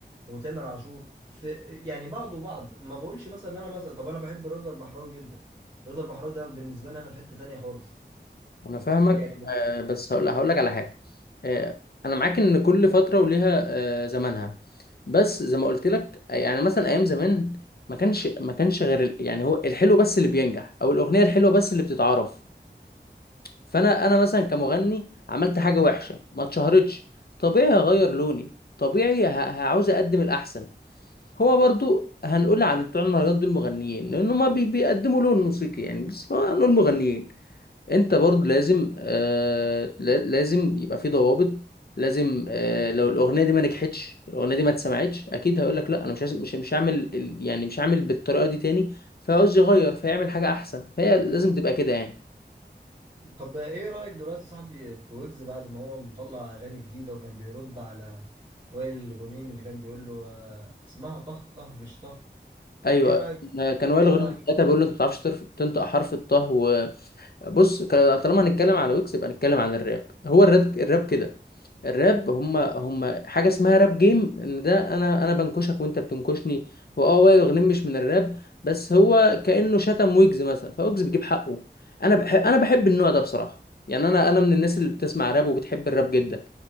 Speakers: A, on the right; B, on the left.
A: وتامر عاشور في يعني بعض وبعض ما بقولش مثلا إن انا مثلا طب انا بحب رضا البحراوي جدا رضا البحراوي ده بالنسبة لي انا في حتة تانية خالص
B: انا فاهمك
A: يعني
B: آه، بس هقول هقول لك على حاجه آه، انا معاك ان كل فتره وليها آه، زمانها بس زي ما قلت لك يعني مثلا ايام زمان ما كانش ما كانش غير ال- يعني هو الحلو بس اللي بينجح او الاغنيه الحلوه بس اللي بتتعرف فانا انا مثلا كمغني عملت حاجه وحشه ما اتشهرتش طبيعي هغير لوني طبيعي ه- هعوز اقدم الاحسن هو برضو هنقول على بتوع المهرجانات دول مغنيين لان هما بي- بيقدموا لون موسيقي يعني بس هنقول مغنيين انت برضو لازم آه لا- لازم يبقى في ضوابط لازم آه لو الاغنيه دي ما نجحتش الاغنيه دي ما اتسمعتش اكيد هيقول لك لا انا مش عايز- مش مش هعمل ال- يعني مش هعمل بالطريقه دي تاني فعاوز يغير فيعمل حاجه احسن فهي لازم تبقى كده يعني
A: طب ايه رأيك دلوقتي يا صاحبي في ويجز بعد ما هو مطلع اغاني جديدة وكان بيرد على وائل الغنيم اللي كان بيقول له آه، اسمها طه طه مش طه
B: ايوه
A: ايه رأيك
B: آه، كان وائل
A: ايه
B: غنيم
A: رأيك
B: ساعتها بيقول له انت ما بتعرفش ترف- تنطق حرف الطه بص ك- طالما هنتكلم على ويكس يبقى نتكلم عن الراب هو الراب الراب كده الراب هما هما حاجه اسمها راب جيم ان ده انا انا بنكشك وانت بتنكشني واه وائل غنيم مش من الراب بس هو كانه شتم ويجز مثلا فويجز بيجيب حقه انا بحب انا بحب النوع ده بصراحه يعني انا انا من الناس اللي بتسمع راب وبتحب الراب جدا